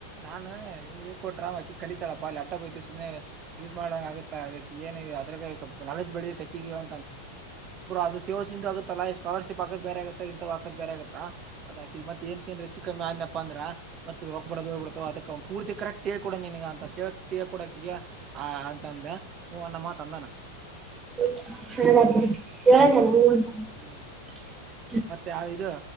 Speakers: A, on the right; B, on the right.
A: ನಾನ ಹೇಗೆ ಕೊಟ್ರ ಅಕಿ ಕಳಿತಾಪ್ಪ ಲ್ಯಾಪ್ಟಾಪ್ ಐತಿ ಸು್ನೆ ಯೂಸ್ ಮಾಡ್ದಂಗ ಆಗುತ್ತಾ ಏನು ಅದ್ರಾಗ ಸ್ಲ್ಪ ನಾಲೆಜ್ ಬೆಳಿದೆ ತೆಕ್ಕಿ ಅ ಅದು ಸೇವಸ ಆಗುತ್ತಲ್ಲ ಸ್ಕಾಲರ್ಶಿಪ್ ಹಾಕದ ಬೇರೆ ಆಗತ್ತ ಇಂತ ಹಾಕದ ಬೇರೆ ಬಗತ್ತಾ ಮತ್ ಏನುಕ್ಕೆ ಅಂದ್ರೆ ಹೆಚ್ಚು ಕಮ್ಮಿ ಆಯ್ತು ಅಂದ್ರ ಮತ್ ರೊಕ್ಕ ಬರೋದು ಬಿಡತೋ ಅದಕ್ಕ ಪೂರ್ತಿ ಕರೆಕ್ಟಾಗಿ ಹೇಳಿಕೊಡು ಅಂತ ಕೇಳಕ್ ತಿ ಕೊಡಕಿಗೆ ಆ ಅಂತಂದ ಹ ಅನ್ನ ಮಾತ ಅಂದಾನ
B: ಹ ಹೇಳಲ್ಲ ಹಟ
A: ಹ್ಮ್ ಮತ್ತೆ ಯಾವ ಇದು